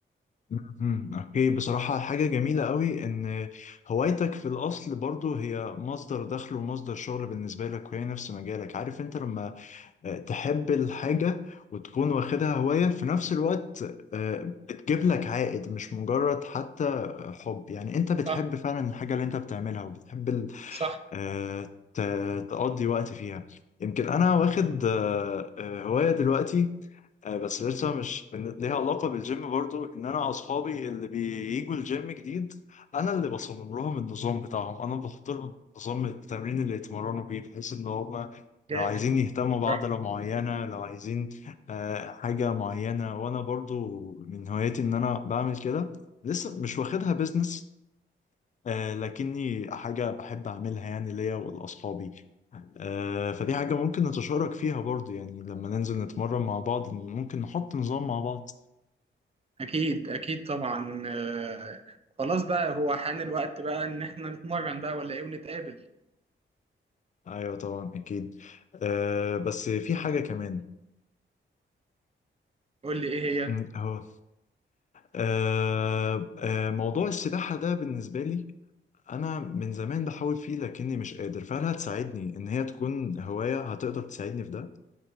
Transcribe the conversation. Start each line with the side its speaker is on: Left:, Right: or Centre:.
Left: مهم. اوكي بصراحة حاجة جميلة قوي ان هوايتك في الاصل برضو هي مصدر دخل ومصدر شغل بالنسبة لك وهي نفس مجالك عارف انت لما آه، تحب الحاجة وتكون واخدها هواية في نفس الوقت آه، بتجيب لك عائد مش مجرد حتى حب يعني انت بتحب
Right: صح
Left: فعلا الحاجة اللي انت بتعملها وبتحب ال-
Right: صح
Left: آه، ت- تقضي وقت فيها يمكن انا واخد آه، آه، هواية دلوقتي آه، بس لسه مش إن- ليها علاقة بالجيم برضو ان انا اصحابي اللي بييجوا الجيم جديد انا اللي بصمم لهم النظام بتاعهم انا بحط لهم نظام التمرين اللي يتمرنوا بيه بحيث ان هم
Right: جامد
Left: لو عايزين يهتموا بعضلة
Right: رايح
Left: معينة لو عايزين آه، حاجة معينة وانا برضو من هواياتي ان انا بعمل كده لسه مش واخدها بيزنس آه، لكني حاجة بحب أعملها يعني ليا ولأصحابي آه، فدي حاجة ممكن نتشارك فيها برضو يعني لما ننزل نتمرن مع بعض ممكن نحط نظام مع بعض
Right: اكيد اكيد طبعا آه، خلاص بقى هو حان الوقت بقى ان احنا نتمرن بقى ولا ايه ونتقابل
Left: أيوة طبعا أكيد أه بس في حاجة كمان
Right: قول لي ايه هي
Left: م، أهو أه أه موضوع السباحة ده بالنسبة لي أنا من زمان بحاول فيه لكني مش قادر فهل هتساعدني إن هي تكون هواية هتقدر تساعدني في ده؟